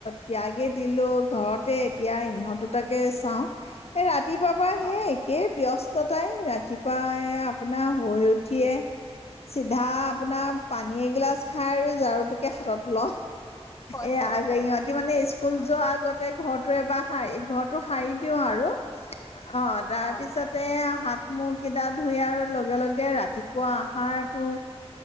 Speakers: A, on the left; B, on the left.
A: ত্যাগে দিলো ঘৰতে এতিয়া ইহঁত দুটাকে চাও এ ৰাতি ৰা বাবা
B: হয়
A: হে একে ব্যস্ত কটাই ৰাতিপুৱাই আপোনাৰ শুই উঠিয়ে চিধা আপোনাৰ পানী এইগিলা মাছ খাই আৰু ঝাৰুটোকে হাতত ল
B: হয়,
A: এ
B: হয়,
A: আ
B: হয়।
A: ইহঁতি মানে স্কুল
B: আ
A: যোৱাৰ আগতে ঘৰটো এবাৰ ঘৰটো শাৰীত দিওঁ আৰু অ তাৰপিছতোত
B: হয়, হয়,
A: মোক কেইটা ধুয়াৰ লগে লগে ৰাতিপুৱা আহাৰতটো